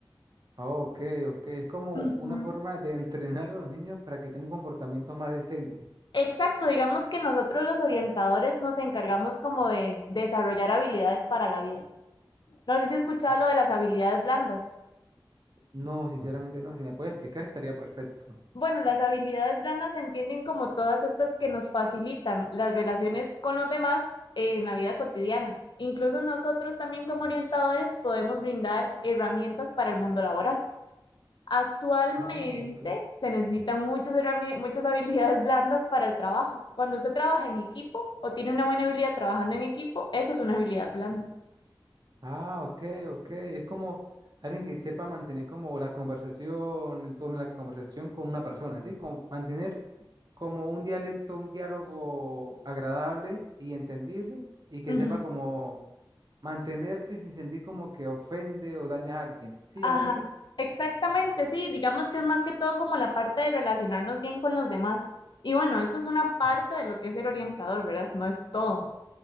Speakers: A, on the right; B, on the left.
A: Ah, Ok, ok. Es como
B: Ujú.
A: una forma de entrenar a los niños para que tengan comportamientos más decentes.
B: Exacto, digamos que nosotros los orientadores nos encargamos como de desarrollar habilidades para la vida. No sé si has escuchado
A: Ah,
B: lo de las habilidades blandas.
A: no, sinceramente no. Si me puedes explicar, estaría perfecto.
B: Bueno, las habilidades blandas se entienden como todas estas que nos facilitan las relaciones con los demás en la vida cotidiana. Incluso nosotros también como orientadores podemos brindar herramientas para el mundo laboral. Actualmente
A: Ah, ok.
B: se necesitan muchas, herramie- muchas habilidades blandas para el trabajo. Cuando usted trabaja en equipo o tiene una buena habilidad trabajando en equipo, eso es una habilidad blanda.
A: Ah, ok, ok. Es como alguien que sepa mantener como la conversación, el tono de la conversación con una persona, ¿sí? Como mantener como un dialecto, un diálogo agradable y entendible y que
B: Ujú.
A: sepa como Mantenerse sin sentir como que ofende o daña a alguien. Sí,
B: Ajá,
A: algo así.
B: exactamente, sí, digamos que es más que todo como la parte de relacionarnos bien con los demás. Y bueno, esto es una parte de lo que es ser orientador, ¿verdad? No es todo,